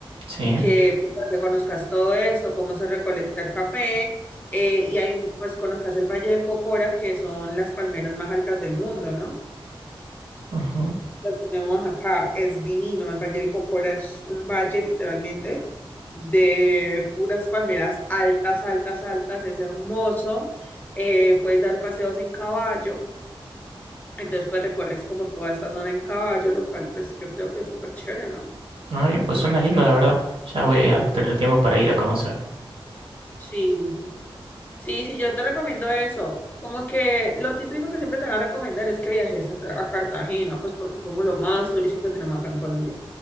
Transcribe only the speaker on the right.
Sí.
Ajá.
Ah, bien, pues suena lindo, la verdad. Ya voy a
tener tiempo para ir a conocer.